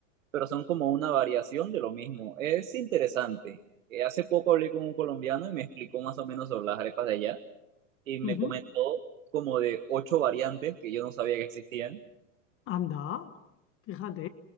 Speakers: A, on the right; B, on the left.
A: pero son como una variación de lo mismo. Es interesante. Eh, Hace poco hablé con un colombiano y me explicó más o menos sobre las arepas de allá y me
B: ujú.
A: comentó como de ocho variantes que yo no sabía que existían,
B: Anda, fíjate.